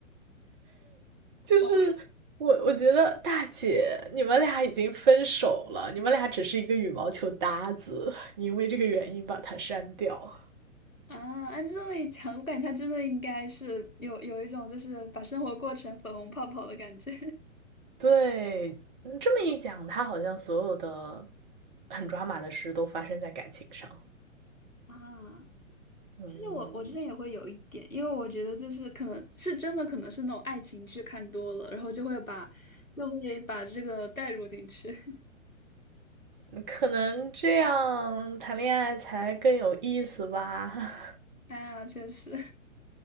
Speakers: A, on the right; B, on the left.
A: 就是我，
B: 哇
A: 我觉得大姐，你们俩已经分手了，你们俩只是一个羽毛球搭子，你因为这个原因把他删掉。
B: 啊，按这么一讲，我感觉他真的应该是有有一种就是把生活过成粉红泡泡的感觉
A: 对，嗯这么一讲，他好像所有的很抓马的事都发生在感情上。
B: <laughs> 啊。
A: 嗯，
B: 其实我我之前也会有一点，因为我觉得就是可能是真的，可能是那种爱情剧看多了，然后就会把就会把这个带入进去。<laughs>
A: 嗯可能这样谈恋爱才更有意思吧，<laughs>
B: 啊，确实，